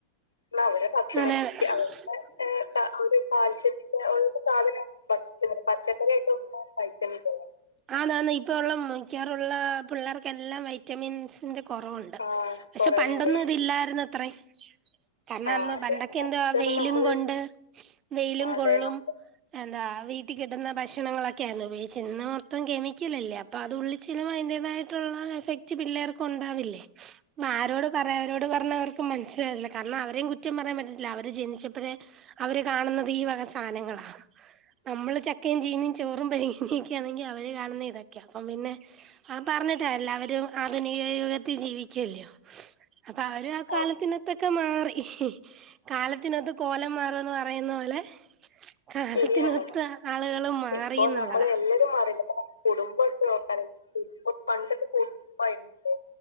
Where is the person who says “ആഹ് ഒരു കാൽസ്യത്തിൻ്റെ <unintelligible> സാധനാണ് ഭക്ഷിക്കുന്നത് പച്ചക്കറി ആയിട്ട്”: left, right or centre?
Left